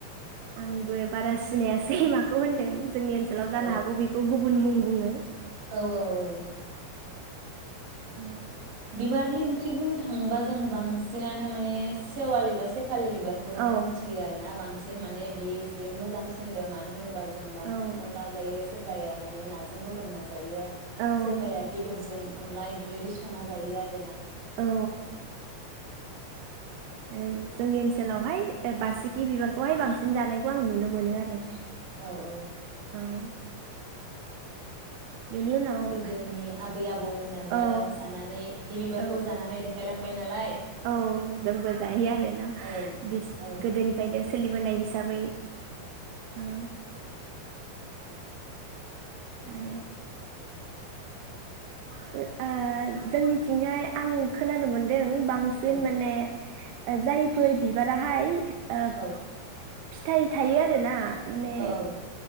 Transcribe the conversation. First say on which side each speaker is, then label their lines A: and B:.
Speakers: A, on the right; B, on the right.
A: आंबो बारा सिनायासै माखौ होनदों जोंनि ओनसोलाव
B: औ
A: जानो हागौ गुब गुबुन मुं बुङो।
B: औ औ औ
A: उम
B: बिबारनि ओंख्रि बुंनो थाङोबा जों बांसिनानो माने सेवलि एबा सेफ फालि बिबारखौनो
A: औ
B: मोनथियो आरो ना बांसिन माने बियो एसे मोजांसिनबो मान मानो होनोबा जों बांसिन
A: औ
B: अनला जायो। सोरबाया माने नाजों रदब ना जायो
A: औ
B: सोरबाया बेदरजों अनलाय बेबायदि स संना जायो आरो ना
A: औ आरो जोंनि ओनसोलावहाय ओ बारसिखि बिबारखौहाय बांसिन जानायखौ आं नुनो मोनो आरो
B: औ औ
A: औ बेनि उनाव
B: गोदोनि आबै आबौ मोनानो
A: औ
B: जानानै बे बिबारखौ
A: औ
B: जानानै देखायलां थांबाय नालाय
A: औ जोंबो जायो आरो ना
B: औ
A: बिस
B: औ
A: गोदोनिफ्रायनो सोलिबोनाय हिसाबै औ आरोे फो ओ जोंनि थिंजाय आं खोनानो मोन दों बांसिन
B: औ
A: माने ओ जायफोर बिबारा हाय ओब
B: औ
A: फिथाइ थायो आरो ना माने
B: औ